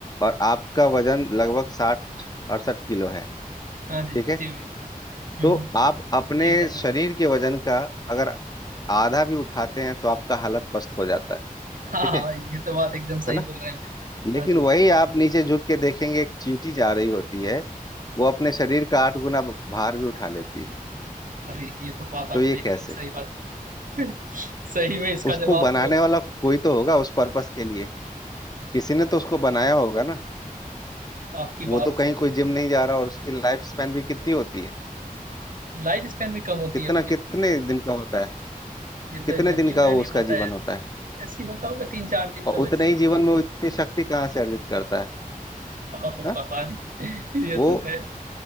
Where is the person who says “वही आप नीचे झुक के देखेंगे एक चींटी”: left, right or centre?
Left